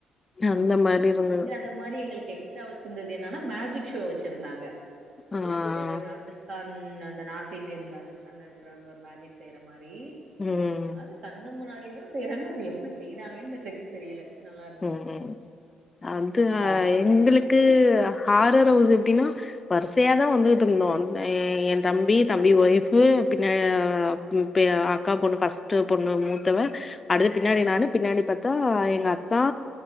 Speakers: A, on the left; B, on the right.
A: அந்த மாரி இருந்தது
B: இந்த மாரி எங்களுக்கு எக்ஸ்ட்ரா வச்சிர்ந்தது என்னனா மேஜிக்ஷோ வச்சிருந்தாங்க
A: ஆஹ்
B: ஒரு ராஜஸ்தான் அந்த நார்த் இண்டியன்ஸ் ராஜஸ்தான்ல இருக்றவங்க ஒரு மேஜிக் செய்ற மாரி
A: ம்
B: அது கண்ணு முன்னாடியேதா செய்றாங்க அது எப்டி செய்றாங்கனே தெர் ட்ரிக்ஸ் தெரியல நல்லார்
A: ம் அது அ
B: காசு மறைய
A: எங்களுக்கு
B: வைக்கிறது
A: ஹாரர் ஹவுஸ் எப்டினா வரிசையாதா வந்துகுட் ருந்தோ ஏ ஏ
B: ம்
A: தம்பி தம்பி ஒய்ஃபு பின்னா அ பெ அக்கா பொண்ணு ஃபஸ்ட்டு பொண்ணு மூத்தவ அடுத்து பின்னாடி
B: ம்
A: நானு பின்னாடி பாத்தா எங்க அத்தா